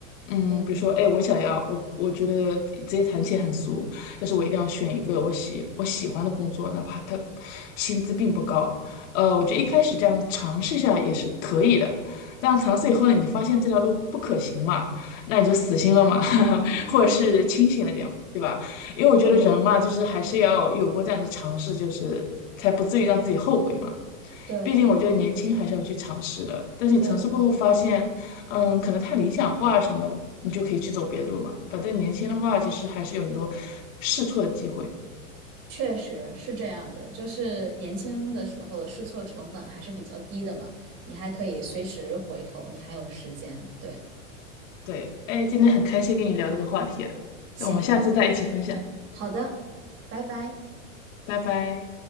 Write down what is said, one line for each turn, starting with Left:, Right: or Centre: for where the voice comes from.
Left: 嗯，
Right: 对
Left: 比如说，哎，我想要，我我觉得直接谈钱很俗，但是我一定要选一个我喜我喜欢的工作，哪怕它薪资并不高。呃，我觉得一开始这样尝试一下也是可以的，但尝试以后呢，你发现这条路不可行嘛，那你就死心了嘛，<laughs> 或者是清醒了点嘛对吧？因为我觉得人嘛，
Right: 对
Left: 就是还是要有过这样的尝试，就是才不至于让自己后悔嘛。
Right: 对。
Left: 毕竟我觉得年轻还是要去尝试的，但是你尝试过后发现，
Right: 对
Left: 嗯，可能太理想化什么的，你就可以去走别的路嘛。反正年轻的话，其实还是有很多试错的机会。
Right: 确实是这样的，就是年轻的时候的试错成本还是比较低的嘛，你还可以随时回头，你还有时间。对，
Left: 对，哎，今天很开心跟你聊这个话题啊，
Right: 行，
Left: 那我们下次再一起分享，
Right: 好的，拜拜。
Left: 拜拜。